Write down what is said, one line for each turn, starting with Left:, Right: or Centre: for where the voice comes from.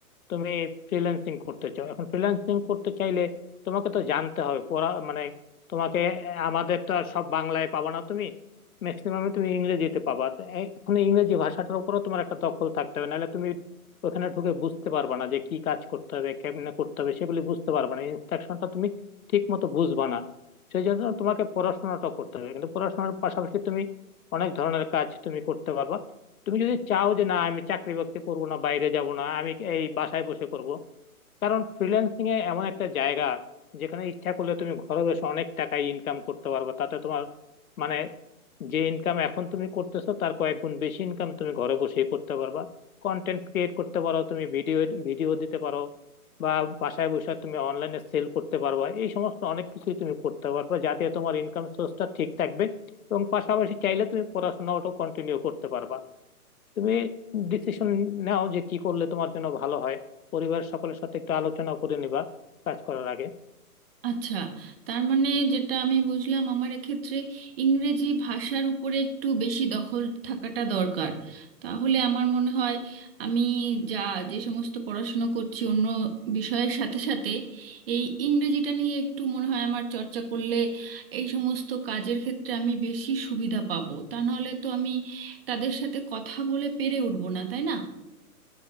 Left: তুমি ফ্রিল্যান্সিং করতে চাও এখন ফ্রিল্যান্সিং করতে চাইলে তোমাকে তো জানতে হবে পড়া মানে তোমাকে আহ, আমাদের তো আর সব বাংলায় পাবা না তুমি ম্যাক্সিমাম তুমি ইংরেজিতে পাবা তো এ- এখন ইংরেজি ভাষাটার উপরও তোমার একটা দখল থাকতে হবে নাহলে তুমি ওখানে ঢুকে বুঝতে পারবা না যে কি কাজ করতে হবে কেমনে করতে হবে সেগুলি বুঝতে পারবা না ইনস্ট্রাকশনটা তুমি ঠিক মতো বুঝবা না সেই জন্য তোমাকে পড়াশোনাটা করতে হবে কিন্তু পড়াশোনার পাশাপাশি তুমি অনেক ধরনের কাজ তুমি করতে পারবা তুমি যদি চাও যে না আমি চাকরি বাকরি করবো না বাইরে যাব না আমি এই বাসায় বসে করব কারণ ফ্রিল্যান্সিং এ এমন একটা জায়গা যেখানে ইচ্ছা করলে তুমি ঘরে বসে অনেক টাকা ইনকাম করতে পারবা তাতে তোমার মানে যে ইনকাম এখন তুমি করতেছো তার কয়েক গুণ বেশি ইনকাম তুমি ঘরে বসেই করতে পারবা কন্টেন্ট ক্রিয়েট করতে পারো তুমি ভিডিও ভিডিও দিতে পারো বা বাসায় বসে তুমি অনলাইনে সেল করতে পারবা এই সমস্ত অনেক কিছুই তুমি করতে পারবা যাতে তোমার ইনকাম সোর্সটা ঠিক থাকবে এবং পাশাপাশি চাইলে তুমি পড়াশোনাটাও কন্টিনিউ করতে পারবা তুমি ডিসিশন নাও যে কি করলে তোমার জন্য ভালো হয় পরিবার সকলের সাথে একটু আলোচনা করে নিবা কাজ করার আগে
Right: আচ্ছা তার মানে যেটা আমি বুঝলাম আমার এক্ষেত্রে ইংরেজি ভাষার উপরে একটু বেশি দখল থাকাটা দরকার তাহলে আমার মনে হয় আমি যা যে সমস্ত পড়াশুনো করছি অন্য বিষয়ের সাথে সাথে এই ইংরেজিটা নিয়ে একটু মনে হয় আমার চর্চা করলে এই সমস্ত কাজের ক্ষেত্রে আমি বেশি সুবিধা পাবো তা নাহলে তো আমি তাদের সাথে কথা বলে পেরে উঠবো না তাই না